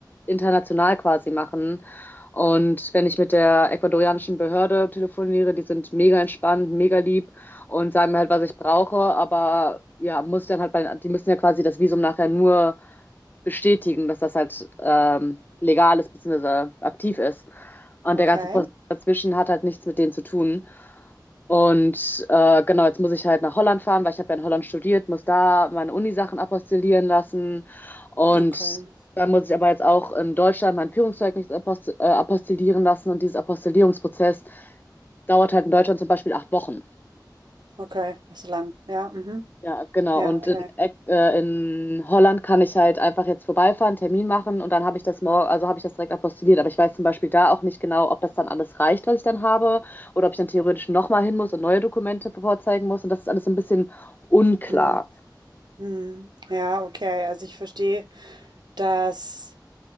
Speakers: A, on the left; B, on the right.
A: international quasi machen. Und wenn ich mit der ecuadorianischen Behörde telefoniere, die sind mega entspannt, mega lieb und sagen mir halt, was ich brauche, aber ja, muss ich dann halt bei, die müssen ja quasi das Visum nachher nur bestätigen, dass das halt ähm, legal ist bzw. aktiv ist. Und
B: Okay,
A: der ganze Prozess dazwischen hat halt nichts mit denen zu tun. Und äh, genau, jetzt muss ich halt nach Holland fahren, weil ich habe ja in Holland studiert, muss da meine Uni-Sachen apostillieren lassen. Und
B: okay,
A: dann muss ich aber jetzt auch in Deutschland mein Führungszeugnis apost äh, apostillieren lassen. Und dieses Apostillierungsprozess dauert halt in Deutschland zum Beispiel acht Wochen.
B: okay, das ist lang. Ja, mhm.
A: Ja, genau.
B: Ja,
A: Und
B: okay.
A: in, Eck- äh, in Holland kann ich halt einfach jetzt vorbeifahren, Termin machen und dann habe ich das morgen, also habe ich das direkt apostilliert. Aber ich weiß zum Beispiel da auch nicht genau, ob das dann alles reicht, was ich dann habe, oder ob ich dann theoretisch nochmal hin muss und neue Dokumente vorzeigen muss. Und das ist alles so ein bisschen unklar.
B: Mhm. Mhm. Ja, okay. Also ich verstehe, dass